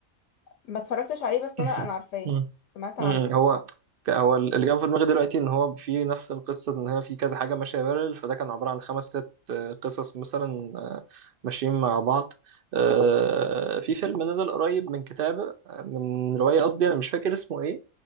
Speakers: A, on the left (about 75°); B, on the right (about 55°).
A: ما اتفرجتش عليه بس
B: <laughs>
A: انا انا عارفاه
B: مم.
A: سمعت
B: مم.
A: عنه
B: هو ك- هو اللي جاب في دماغي دلوقتي ان هو في نفس القصه ان هي في كذا حاجه ماشيه بارل فده كان عباره عن خمس ست آه، قصص مثلا آه، ماشيين مع بعض آه، في فيلم نزل قريب من كتابه آه، من روايه قصدي انا مش فاكر اسمه ايه